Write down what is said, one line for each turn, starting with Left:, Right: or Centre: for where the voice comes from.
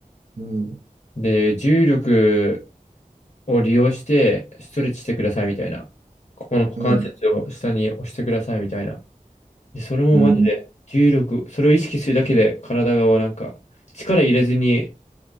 Right: うん。
Left: で、重力を利用して、ストレッチしてくださいみたいな。ここの股関節を下に押してくださいみたいな。
Right: うん。
Left: で、それもマジで、
Right: うん。
Left: 重力、それを意識するだけで、体がなんか、力入れずに、